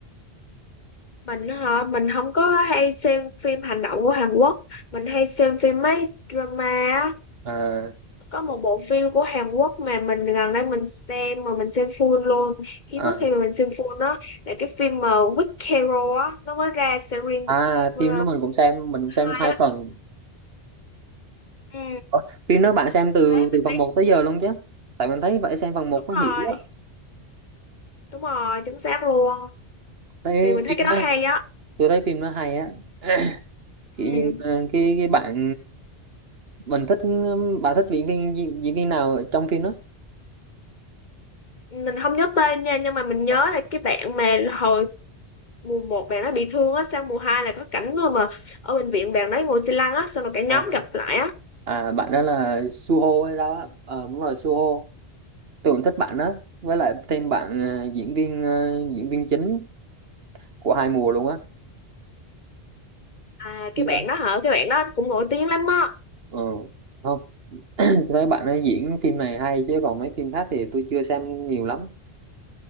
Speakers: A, on the left; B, on the right.
A: mình hả mình không có hay xem phim hành động của Hàn Quốc mình hay xem phim mấy drama á
B: À,
A: có một bộ phim của Hàn Quốc mà mình gần đây mình xem mà mình xem full luôn hiếm
B: à,
A: có khi mà mình xem full đó là cái phim mà Weak Hero á nó mới ra series
B: à phim
A: uh,
B: đó mình cũng xem, mình xem
A: hai
B: hai
A: á
B: phần.
A: ừ.
B: Ủa, phim đó bạn xem từ
A: đấy
B: từ
A: mình
B: phần
A: thấy
B: một tới giờ luôn chứ? Tại mình thấy vậy xem phần một
A: đúng
B: có hiểu
A: rồi
B: á.
A: đúng rồi chính xác luôn
B: Thấy
A: thì mình thấy
B: phim
A: cái đó
B: đó,
A: hay á
B: tôi thấy phim đó hay á. <clears throat> Kiểu
A: ừ.
B: như ờ, cái cái bạn mình thích bạn thích diễn viên diễn viên nào ở trong phim đó?
A: mình không nhớ tên nha nhưng mà mình nhớ
B: À,
A: là cái bạn mà hồi mùa một bạn nó bị thương á sang mùa hai là có cảnh thôi mà ở bệnh viện bạn đấy ngồi xe lăn á xong rồi cả nhóm
B: à,
A: gặp lại á
B: à, bạn đó là Suho hay sao á? Ờ đúng rồi Suho. tôi cũng thích bạn đó với lại thêm bạn ờ, diễn viên ờ, diễn viên chính của hai mùa luôn á
A: à
B: Chưa.
A: cái bạn đó hả cái bạn đó cũng nổi tiếng lắm á
B: ừ. không <clears throat> tôi thấy bạn ấy diễn phim này hay chứ còn mấy phim khác thì tôi chưa xem nhiều lắm